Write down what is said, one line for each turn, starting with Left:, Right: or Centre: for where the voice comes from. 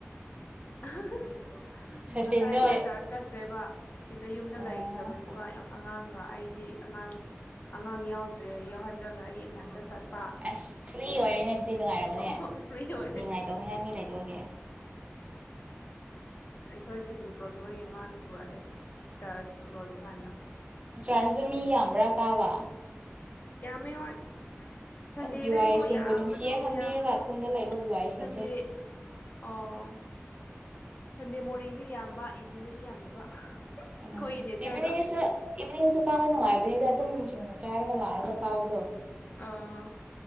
Left: ꯑꯍꯥ ꯍꯥ
Right: ꯁꯇꯤꯟꯗꯣ
Left: ꯉꯁꯥꯏ ꯃꯥ ꯆ꯭ꯔꯆ ꯆꯠꯇ꯭ꯔꯦꯕ ꯁꯤꯗ ꯌꯨꯝꯗ
Right: ꯑꯣ
Left: ꯂꯩꯈ꯭ꯔꯕꯅꯦꯕ ꯌꯥꯝ ꯑꯉꯥꯡꯒ ꯑꯩꯗꯤ ꯑꯉꯥꯡ ꯑꯉꯥꯡ ꯌꯥꯎꯗ꯭ꯔꯦ ꯌꯥꯎꯍꯟꯗ꯭ꯔꯒ ꯑꯩ ꯏꯊꯟꯇꯁꯨ ꯆꯠꯄ
Right: ꯑꯁ ꯐ꯭ꯔꯤ ꯑꯣꯏꯔꯦꯅꯦ ꯑꯗꯨꯗꯤ ꯅꯨꯡꯉꯥꯏꯔꯝꯒꯅꯦ
Left: ꯍꯣꯏ ꯐ꯭ꯔꯤ ꯑꯣꯏꯔꯦ
Right: ꯅꯤꯡꯉꯥꯏ ꯇꯧꯅꯤꯡꯉꯥꯏ ꯃꯤ ꯂꯩꯇꯕꯒꯤ
Left: ꯑꯩꯈꯣꯏ ꯁꯇꯤꯟ ꯄꯨꯔꯣꯛꯛꯇꯕꯒꯤ ꯃꯥꯅ ꯄꯨꯔꯛꯑꯦ ꯆꯥ꯭ꯔꯖ ꯂꯣꯏꯕ ꯀꯥꯟꯗ
Right: ꯆ꯭ꯔꯖ ꯖꯨ ꯃꯤ ꯌꯝꯕ꯭ꯔꯥ ꯀꯥꯕ
Left: ꯌꯥꯝꯃꯦ ꯍꯣꯏ ꯁꯟꯗꯦꯗꯗꯤꯀꯣ
Right: ꯑꯁ ꯕꯤ ꯋꯥꯏ ꯑꯦꯐ ꯁꯤꯡꯕꯨ
Left: ꯌꯥꯝꯕꯗꯣ
Right: ꯅꯨꯡꯁꯤꯌꯦ ꯈꯟꯕꯤꯔꯒ
Left: ꯌꯥꯝꯕꯗꯣ
Right: ꯈꯨꯟꯗ ꯂꯩꯕ ꯕꯤ ꯋꯥꯏ ꯑꯦꯐ ꯁꯤꯡꯁꯦ
Left: ꯁꯟꯗꯦ ꯑꯣ ꯁꯟꯗꯦ ꯃꯣꯔꯅꯤꯡꯗꯤ ꯌꯥꯝꯕ ꯏꯚꯅꯤꯡꯗꯗꯤ ꯌꯥꯝꯗꯕ ꯑꯩꯈꯣꯏꯒꯤ
Right: ꯎꯝ
Left: ꯅꯦꯆꯔꯗꯣ
Right: ꯏꯕꯤꯅꯤꯡ ꯁꯨ ꯏꯕꯤꯅꯤꯡ ꯁꯨ ꯀꯥꯕ ꯅꯨꯡ ꯉꯥꯏꯕꯅ‌ꯦꯗ ꯃꯇꯝ ꯁꯤꯡꯁꯨ ꯆꯥꯏꯔꯒ ꯂꯥꯛꯑꯒ ꯐꯥꯎꯗꯣ
Left: ꯑꯥ